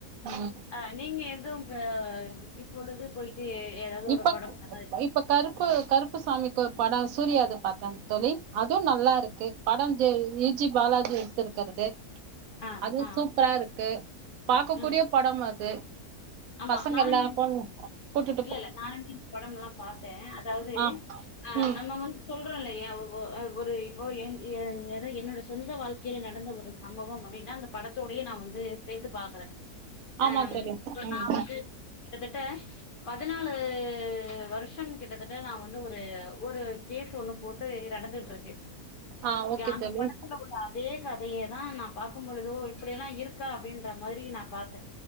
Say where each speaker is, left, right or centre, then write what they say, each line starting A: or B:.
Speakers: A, on the right; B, on the left.
A: ம்
B: அ நீங்க எதுவு இப்ப இப்ப உள்ளது போயிட் ட்டு எதாவது
A: இப்ப
B: ஒரு படம் <inaudible>
A: இப்ப கருப்பு கருப்பு சாமிக்கு படம் சூர்யாது பாத்தே தோழி அதுவு நல்லா இருக்கு படம் இ ஜி பாலாஜி எடுத்திருக்கிறது
B: ஆ
A: அதுவு
B: ஆ
A: சூப்பரா இருக்கு பாக்க
B: ம்
A: கூடிய படம் அது
B: ஆமா
A: பசங்கல்லா
B: நானுமே
A: போங்க கூட்டுட்
B: இல்ல இல்ல நானுமே இந்த படம்லா பாத்தே அதாவது
A: ஆ
B: ஆ
A: ம்
B: நம்ம வந்து சொல்றோ இல்லையா ஒ ஒரு இப்போ என் ஏது என்னோட சொந்த வாழ்க்கையில நடந்த ஒரு சம்பவம் அப்படின்னா அந்த படத்தோடையே நா வந்து சேத்து பாக்குறே
A: ஆமா
B: ஆ
A: தோழி
B: இப்ப
A: ம்
B: நா வந்து கிட்டத்தட்ட பதினாலு வருஷம் கிட்டத்தட்ட நா வந்து ஒரு ஒரு கேஸ் ஒண்ணு போட் ட்டு நடந்துட்டுருக்கு
A: ஆ ஓகே
B: ஜா அந்த
A: தோழி
B: படத்துல இப்ப அதே கதையை தா நா பாக்கும் பொழுதோ இப்படியெல்லா இருக்கா அப்படின்ற மாரி நா பாத்தே